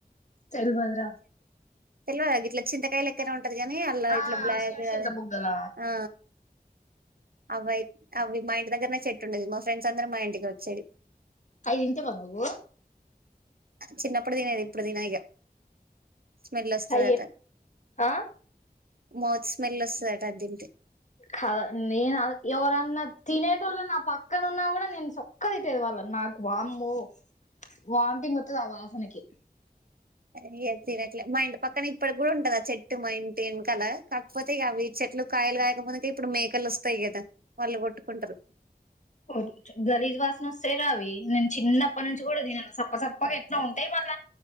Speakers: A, on the left; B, on the right.
A: తెల్వదుర
B: తెల్వద గిట్ల చింతాకాయ లక్కనే ఉం ది కాని అల్లా
A: ఆ
B: ఇట్లా బ్లాక్
A: శివచింత
B: అది
A: బుగ్గలా
B: ఆ అవయి అవి మయిట్ ఇంటి దగ్గరనే చెట్టుండేది మా ఫ్రెండ్స్ అందరు మా ఇంటికి ఒచ్చేది
A: ఐ తింటావ నువు
B: చిన్నప్పుడు తినేది ఇప్పుడు తిన ఇగ స్మెల్ వస్తదట
A: అయ్యే ఆ
B: మౌత్ స్మెల్ ఒస్తదట అది తింటే
A: కదా నేను ఆ ఎవరన్నా తినేటోళ్ళు నా పక్కన ఉన్నా కూడా నేను చుక్క తిట్టేది వాళ్ళన్ నాకు వామ్మో వామిటింగ్ వతది ఆ వాసనకి
B: అ తినట్లే మా ఇంటి పక్కన ఇప్పటి కూడా ఉంటది ఆ చెట్టు మా ఇంటి ఎన్కాల కాకపోతే అవి చెట్లు కాయలు కాయకపోతే ఇప్పుడు మేకలు వస్తాయి కదా వాళ్ళు కొట్టుకుంటారు
A: ఓహ్ గం గలీజ్ వాసన వస్తే రా అవి నేను చిన్నప్పటి నుంచి కూడా తినను సప్ప సప్పగా ఎట్లా ఉంటాయి మల్ల